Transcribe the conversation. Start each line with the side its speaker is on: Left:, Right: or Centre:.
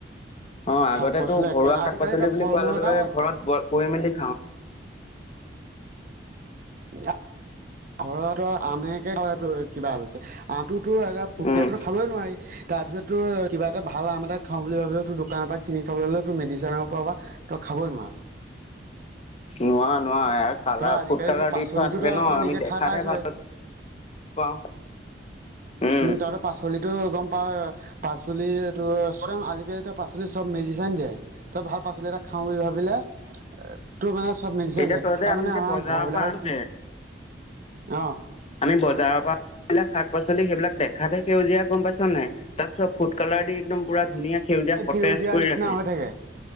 Left: অ, আগতেতো
Right: শাক পাচলি একেবাৰে
Left: ঘৰুৱা
Right: নাই
Left: শাক-
Right: আজিকালি
Left: পাচলি
Right: তই
Left: বুলি
Right: ফল
Left: কোৱাৰ
Right: মূল
Left: লগে
Right: এটা
Left: লগে ঘৰত, ব' কৰি মেলি খাওঁ।
Right: আম, ঘৰত আমেকে কিবা হৈছে, আম আমটোতো এ পুকীয়াটো
Left: উম
Right: খাবই নোৱাৰি। তাৰপিছত তোৰ কিবা এটা ভাল আম এটা খাওঁ বুলি ভাবিলও, তোৰ দোকানৰ পৰা কিনি খাবলৈলে তোৰ মেডিচিনৰ পৰা বা তই খাবই নোৱাৰো।
Left: নোৱাৰ- নোৱাৰ এই কালাৰ
Right: তই আজিকালি
Left: ফুড কালাৰ
Right: তই পাচলিতো
Left: দি থোৱা থাকে
Right: তই
Left: ন।
Right: তই
Left: আমি
Right: নিজে
Left: দেখাতহে
Right: খাই পাইছই
Left: ভাল পাওঁ। উম।
Right: তাৰপাছত, পাচলিটো গম পাওঁ, পাচলিটো চব আজি কালিতো পাচলিত চব মেডিচাইন দিয়ে। তই ভাল পাচলি এটা খাও বুলি ভাবিলে, তোৰ মানে চব মেডিচিন
Left: তেতিয়া
Right: দিয়ে।
Left: তই
Right: আৰু
Left: যে আমি
Right: মানে
Left: যে
Right: আমাৰ
Left: বজাৰৰ
Right: ঘৰবিলাকৰ
Left: পৰা আনো
Right: কি,
Left: যে
Right: অ।
Left: আমি বজাৰৰ পৰা এইবিলাক শাক-পচলি সেইবিলাক দেখাত হে সেউজীয়া, গম পাইছা নাই। তাত চব ফুড কালাৰ দি একদম পুৰা ধুনীয়া সেউজীয়া সতেজ
Right: সেউজীয়া
Left: কৰি
Right: নিচিনা
Left: ৰাখে
Right: হৈ থাকে।